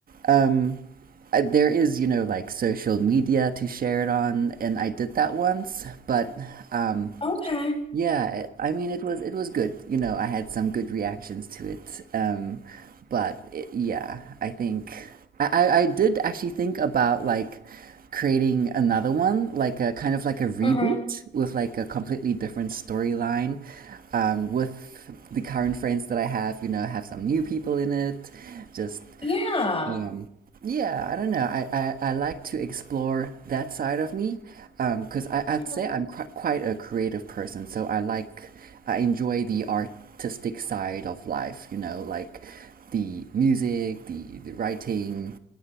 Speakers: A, on the right (about 45°); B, on the left (about 30°).
A: um, I, there is, you know, like social media to share it on, and I did that once, but um,
B: Okay.
A: yeah, I mean it was it was good. You know, I had some good reactions to it. Um, but it, yeah, I think I, I I did actually think about like creating another one, like a kind of like a reboot
B: Uh-huh.
A: with like a completely different storyline, um, with the current friends that I have. You know, have some new people in it, just
B: Yeah.
A: um, yeah, I don't know. I, I, I like to explore that side of me um, because I, I'd
B: Mhm.
A: say I'm qu quite a creative person, so I like I enjoy the artistic side of life, you know, like the music, the, the writing,